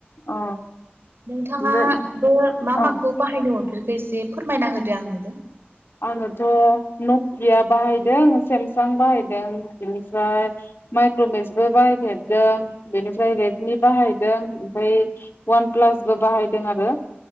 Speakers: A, on the left (about 75°); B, on the right (about 70°).
A: औ
B: नोंथाङा
A: ओमफ्राय
B: बे मा
A: औ
B: माखौ बाहायनो मोनफेरखो एसे फोरमायना होदो आंनोबो
A: आङोथ' नकिया बाहायदों सेमस सां बाहाय द ओमफ्राय माइक्रभेसबो बाहायफेरदों बेनिफ्राय रेडनि बाहाय ओमफ्राय वान प्लासबो बाहायदों आरो